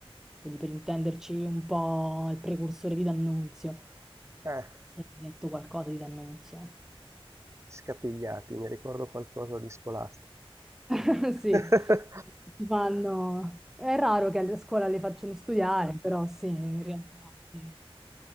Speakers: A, in the centre; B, on the right.
A: Quindi per intenderci un po' il precursore di D'Annunzio,
B: Eh,
A: se hai letto qualcosa di D'Annunzio.
B: scapigliati, mi ricordo qualcosa di scolastico.
A: <laughs> Sì,
B: <laughs>
A: si fanno... È raro che a scuola le facciano studiare, però sì, in realtà sì,